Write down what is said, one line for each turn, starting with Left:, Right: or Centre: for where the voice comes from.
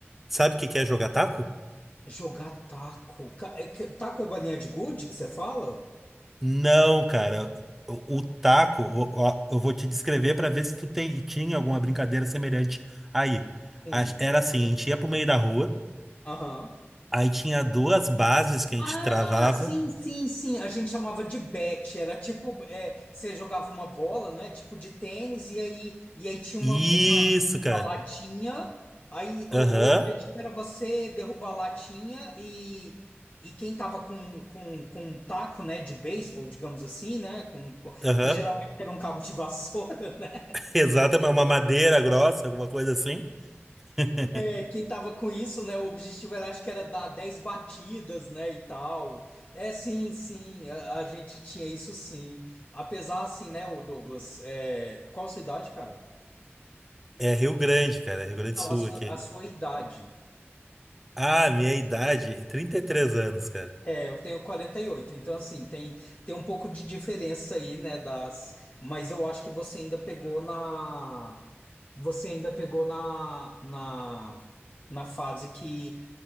Centre: Sabe o que que é jogar taco?
Left: Jogar taco. Ca- é que- Taco é bolinha de gude que você fala?
Centre: Não, cara. O, o taco, ó, ó, eu vou te descrever pra ver se tu tem, tinha alguma brincadeira semelhante aí.
Left: Sim.
Centre: Ach- Era assim, a gente ia pro meio da rua,
Left: Aham.
Centre: Aí tinha duas bases que a gente
Left: Ah,
Centre: travava.
Left: sim, sim, sim. A gente chamava de bet. Era tipo, é, você jogava uma bola, né? Tipo de tênis, e aí, e aí tinha
Centre: Isso,
Left: uma, uma
Centre: cara.
Left: uma latinha. Aí
Centre: Aham,
Left: o, o objetivo era você derrubar a latinha e, e quem tava com, com, com um taco, né, de beisebol, digamos assim, né, com, com-
Centre: aham.
Left: que geralmente era um cabo de vassoura. <laughs>
Centre: <laughs> Exatamente, uma madeira grossa, alguma coisa assim. <laughs>
Left: É, quem tava com isso, né, o objetivo era, acho que era dar 10 batidas, né, e tal. É, sim, sim, a, a gente tinha isso sim. Apesar, assim, né, o Douglas, é, qual sua idade, cara?
Centre: É Rio Grande, cara, Rio Grande
Left: Não,
Centre: do Sul
Left: a sua,
Centre: aqui.
Left: a sua idade.
Centre: Ah, minha idade, 33 anos, cara.
Left: É, eu tenho 48. então assim, tem, tem um pouco de diferença aí, né, das, mas eu acho que você ainda pegou na, você ainda pegou na, na, na fase que,